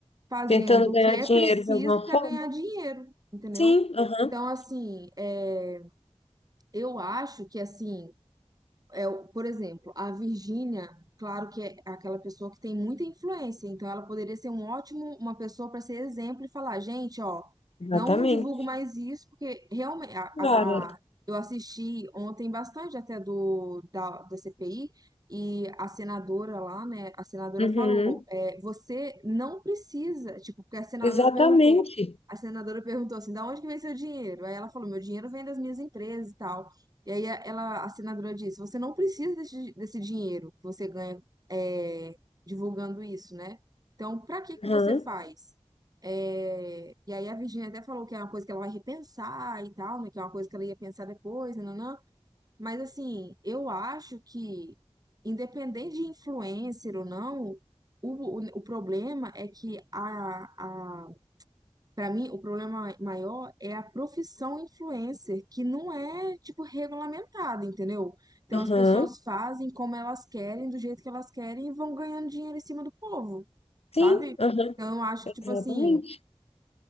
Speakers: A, on the right; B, on the left.
A: fazendo
B: Tentando
A: o
B: ganhar
A: que é
B: dinheiro
A: preciso
B: de alguma
A: para
B: forma?
A: ganhar dinheiro, entendeu?
B: Sim, aham,
A: Então, assim, é, eu acho que, assim, é, o- por exemplo, a Virgínia, claro que é aquela pessoa que tem muita influência, então ela poderia ser um ótimo, uma pessoa para ser exemplo e falar, gente, ó,
B: exatamente.
A: não divulgo mais isso, porque realmente a,
B: Claro.
A: a- a- eu assisti ontem bastante até do da, da CPI e a senadora lá, né, a senadora
B: uhum.
A: falou, é, você não precisa, tipo, porque a senadora
B: Exatamente.
A: perguntou, a senadora perguntou assim, da onde que vem seu dinheiro? Aí ela falou, meu dinheiro vem das minhas empresas e tal. E aí a- ela, a senadora disse, você não precisa desse, desse dinheiro que você ganha é, divulgando isso, né? Então, pra que que
B: Aham,
A: você faz? É, e aí a Virginia até falou que é uma coisa que ela vai repensar e tal, né? Que é uma coisa que ela ia pensar depois, nananã. Mas assim, eu acho que, independente de influencer ou não, o, o, o problema é que a, a para mim, o problema maior é a profissão influencer, que não é, tipo, regulamentada, entendeu? Então,
B: aham.
A: as pessoas fazem como elas querem, do jeito que elas querem e vão ganhando dinheiro em cima do povo, sabe?
B: Sim, aham,
A: Então, eu acho
B: Exatamente.
A: que, tipo assim,